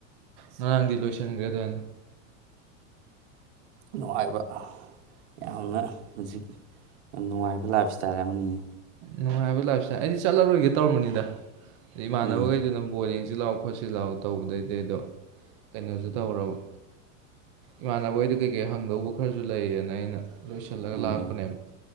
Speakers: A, on the right; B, on the right.
A: ꯉꯔꯥꯡꯗꯤ ꯂꯣꯏꯁꯟꯈ꯭ꯔꯦ ꯑꯗꯨꯃꯥꯏ
B: ꯅꯨꯡꯉꯥꯏꯕ ꯌꯥꯝꯅ ꯍꯧꯖꯤꯛ ꯌꯥꯝ ꯅꯨꯡꯉꯥꯏꯕ ꯂꯥꯏꯞ ꯏꯁꯇꯥꯏꯜ ꯑꯃꯅꯤ
A: ꯅꯨꯡꯉꯥꯏꯕ ꯂꯥꯏꯞꯏꯁꯇꯥꯏꯜ ꯑꯩꯗꯤ ꯆꯠꯂꯔꯣꯏꯒꯦ ꯇꯧꯔꯝꯕꯅꯤꯗ ꯏꯃꯥꯟꯅꯕꯈꯩꯗꯨꯅ
B: ꯎꯝ
A: ꯑꯃꯨꯛ ꯕꯣꯜ ꯌꯦꯡꯁꯤꯂꯥꯎ ꯈꯣꯠꯁꯤ ꯂꯥꯎ ꯇꯧꯕꯥꯗꯩꯗꯤ ꯑꯗꯣ ꯀꯩꯅꯣꯁꯨ ꯇꯧꯔꯕ ꯏꯃꯥꯟꯅꯕ ꯍꯣꯏꯗꯥ ꯀꯩꯀꯩ ꯍꯪꯗꯧꯕ ꯈꯔꯁꯨ ꯂꯩꯌꯦꯅ ꯑꯩꯅ ꯂꯣꯏꯁꯤꯜꯂꯒ
B: ꯎꯝ
A: ꯂꯥꯛꯄꯅꯦꯕ
B: ꯎꯝ